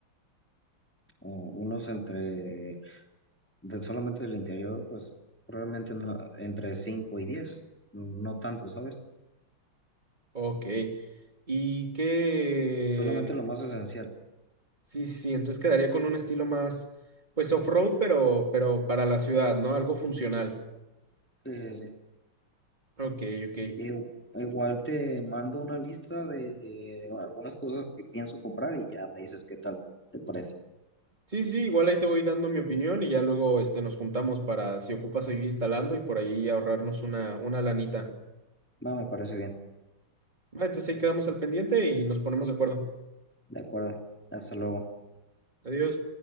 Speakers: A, in the centre; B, on the right.
A: oh, unos entre, de solamente del interior, pues probablemente no- entre 5 y 10, no tanto, ¿sabes?
B: Ok. Y que...
A: Solamente lo más esencial.
B: Sí, sí, sí, entonces quedaría con un estilo más, pues off-road, pero, pero para la ciudad, ¿no? Algo funcional.
A: Sí, sí, sí.
B: Ok, ok.
A: Eh, igual te mando una lista de algunas cosas que pienso comprar y ya me dices qué tal, ¿te parece?
B: Sí, sí, igual ahí te voy dando mi opinión y ya luego este, nos juntamos para, si ocupas, ir instalando y por ahí ahorrarnos una, una lanita.
A: Va, me parece bien.
B: Va, entonces ahí quedamos al pendiente y nos ponemos de acuerdo.
A: De acuerdo. Hasta luego.
B: Adiós.